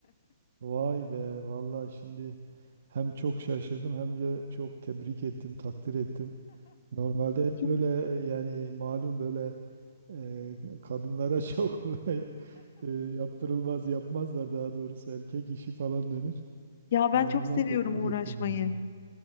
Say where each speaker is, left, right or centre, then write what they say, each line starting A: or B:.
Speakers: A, on the right; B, on the left.
A: Vay be, vallahi şimdi hem çok şaşırdım hem de çok tebrik ettim, takdir ettim. Normalde hep
B: <laughs>
A: böyle yani malum böyle e, kadınlara <laughs> çok böyle e, yaptırılmaz yapmazlar daha doğrusu erkek işi falan denir.
B: Ya ben
A: E,
B: çok
A: ama
B: seviyorum
A: tebrik
B: uğraşmayı.
A: ettim yani.